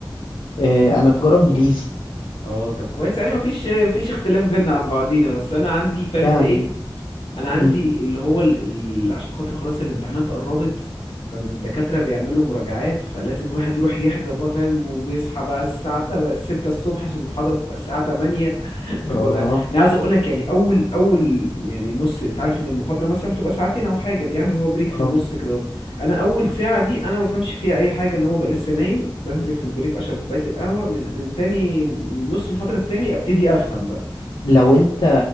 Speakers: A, on the left (about 60°); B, on the left (about 85°).
A: آه انا تجارة انجليزي
B: اه طب كويس يعني مفيش مفيش اختلاف بينا عن بعضينا بس انا عندي فهمت
A: يعني
B: ايه انا عندي
A: امم
B: اللي هو ال... ال... عشان خاطر خلاص الامتحانات قربت فالدكاترة بيعملوا مراجعات فلازم الواحد يروح يحضر بقى فاهم وبيصحى بقى الساعة تب- ستة الصبح عشان المحاضرة بتبقى الساعة تمانية <laughs> فبقول
A: اه
B: أنا عايز أقول لك يعني أول أول يعني نص أنت عارف إن المحاضرة مثلا بتبقى ساعتين أو حاجة بيعمل هو بريك
A: اه
B: في النص كده أهو. أنا أول ساعة دي أنا ما بفهمش فيها أي حاجة إن هو بقى لسه نايم بنزل في البريك أشرب كوباية القهوة من من تاني من نص المحاضرة التاني أبتدي أفهم بقى
A: لو انت